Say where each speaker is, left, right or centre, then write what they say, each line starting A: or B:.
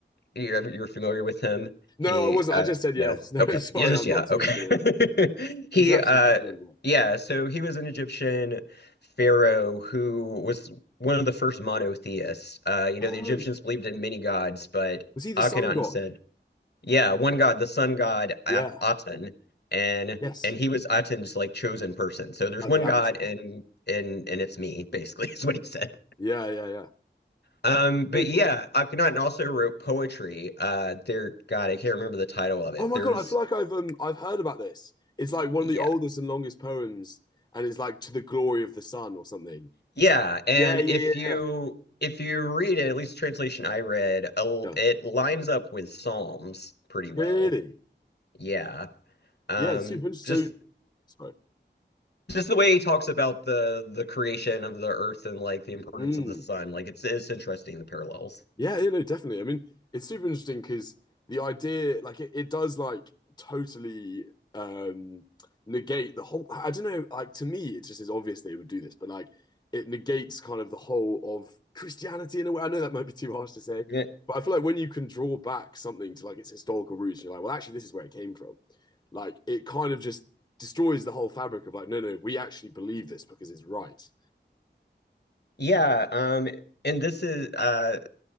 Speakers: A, on the left (about 65°); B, on the left (about 25°).
A: you're you're familiar with him?
B: No,
A: He
B: I wasn't.
A: uh
B: I just said yes.
A: no.
B: <laughs> No,
A: Okay.
B: sorry,
A: You just
B: I'm
A: yeah,
B: not too
A: okay.
B: familiar with it.
A: <laughs> He
B: He's actually
A: uh
B: a good friend. yeah.
A: yeah, so he was an Egyptian pharaoh who was one of the first monotheists. Uh, you
B: Oh,
A: know, the Egyptians believed in many gods, but
B: was he the
A: Akhenaten
B: sun god?
A: said yeah, one god, the sun god At
B: Yeah.
A: Aten, and
B: Yes.
A: and he was Aten's like chosen person. So there's
B: Like
A: one
B: the Avatar.
A: god, and and and it's me, basically, <laughs> is what he said.
B: Yeah, yeah, yeah.
A: Um, but
B: So cool.
A: yeah, Akhenaten also wrote poetry. Uh, there, God, I can't remember the title of it.
B: Oh my
A: There's
B: God, I feel like I've um I've heard about this. It's like one
A: yeah,
B: of the oldest and longest poems, and it's like to the glory of the sun or something.
A: yeah, and
B: Yeah, yeah,
A: if
B: yeah,
A: you
B: yeah.
A: if you read it, at least the translation I read, uh,
B: Yeah.
A: it lines up with Psalms pretty
B: Really?
A: well. Yeah, um,
B: Yeah, it's super interesting.
A: just.
B: So, sorry.
A: just the way he talks about the the creation of the earth and like the importance
B: Mm.
A: of the sun like it's it's interesting the parallels
B: Yeah, you know, definitely. I mean, it's super interesting because the idea, like, it, it does like totally um negate the whole. I don't know. Like to me, it just is obvious that it would do this, but like, it negates kind of the whole of Christianity in a way. I know that might be too harsh to say,
A: yeah,
B: but I feel like when you can draw back something to like its historical roots, you're like, well, actually, this is where it came from. Like, it kind of just destroys the whole fabric of like, no, no, we actually believe this because it's right.
A: yeah um and this is uh